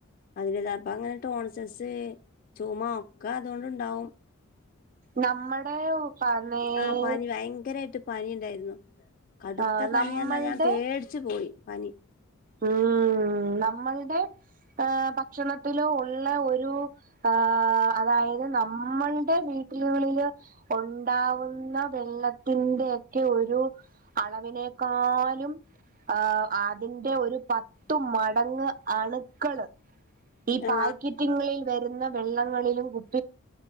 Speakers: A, on the left; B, on the right.
A: അത് പോലെ അപ്പോ അങ്ങനെ ടോൺസിലസ് ചുമ ഒക്കെ അതുകൊണ്ട് ഉണ്ടാവും
B: നമ്മടെ <unintelligible>
A: ആ പനി ഭയങ്കരായിട്ട് പനി ഉണ്ടായിരുന്നു കടുത്ത
B: ആഹ്
A: പനിയെന്ന്
B: നമ്മൾടെ
A: പറഞ്ഞാ ഞാൻ പേടിച്ചു പോയി പനി
B: ഉം നമ്മൾടെ ആഹ് ഭക്ഷണത്തിലോ ഉള്ള ഒ രു ആ അതായത് നമ്മൾടെ വീ ടുകളില് ഒണ്ടാവുന്ന വെള്ളത്തിന്റെയെക്കെ ഒരു അളവിനേക്കാലും ആഹ് അതിന്റെ ഒ പത്ത് മടങ്ങു അണുക്കള് ഈ പാൽകിറ്റുങ്ങളിൽ
A: ആ
B: - വരുന്ന വെള്ളങ്ങളിലും കു -